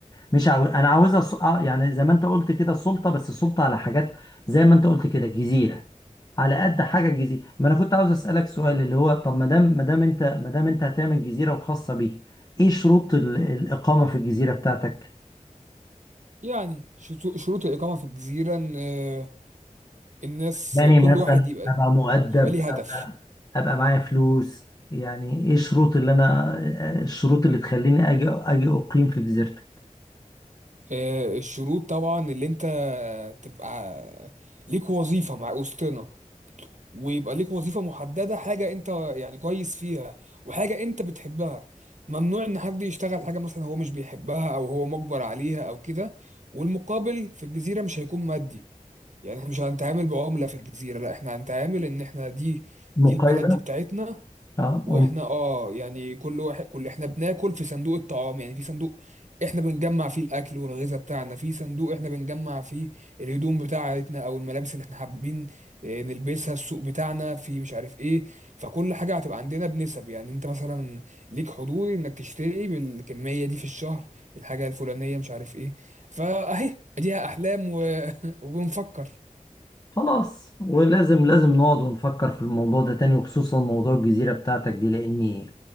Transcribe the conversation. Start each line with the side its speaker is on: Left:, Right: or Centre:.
Left: مش عاوز انا عاوزها س... آه يعني زي ما انت قلت كده سلطة بس سلطة على حاجات زي ما انت قلت كده جزيرة على قد حاجه الجزيره ما انا كنت عاوز اسالك سؤال اللي هو طب ما دام ما دام انت ما دام انت هتعمل جزيره وخاصه بيك ايه شروط ال- الاقامه في الجزيره بتاعتك
Right: يعني شتو- شروط الإقامة في الجزيرة ان آه، الناس
Left: يعني
Right: كل
Left: مثلا
Right: واحد يبقى
Left: ابقى مؤدب
Right: يبقى ليه هدف
Left: ابقى ابقى معايا فلوس يعني ايه الشروط اللي انا الشروط اللي تخليني اجي اجي اقيم في جزيرتك
Right: آه، الشروط طبعا اللي انت تبقى ليك وظيفة مع وسطنا ويبقى ليك وظيفة محددة حاجة انت يعني كويس فيها وحاجة انت بتحبها ممنوع ان حد يشتغل حاجة مثلا هو مش بيحبها او هو مجبر عليها او كده والمقابل في الجزيرة مش هيكون مادي يعني احنا مش هنتعامل بعملة في الجزيرة لا احنا هنتعامل ان احنا دي
Left: مقايضه
Right: دي البلد دي بتاعتنا
Left: اه
Right: واحنا اه يعني كل واحد كل احنا بناكل في صندوق الطعام يعني في صندوق احنا بنجمع فيه الاكل والغذاء بتاعنا في صندوق احنا بنجمع فيه الهدوم بتاعتنا او الملابس اللي احنا حابين آه، نلبسها السوق بتاعنا في مش عارف ايه فكل حاجة هتبقى عندنا بنسب يعني انت مثلا ليك حضور انك تشتري بالكمية دي في الشهر الحاجة الفلانية مش عارف ايه فاهي اديها احلام و... <laughs> وبنفكر
Left: خلاص ولازم لازم نقعد ونفكر في الموضوع ده تاني وخصوصا موضوع الجزيرة بتاعتك دي لأني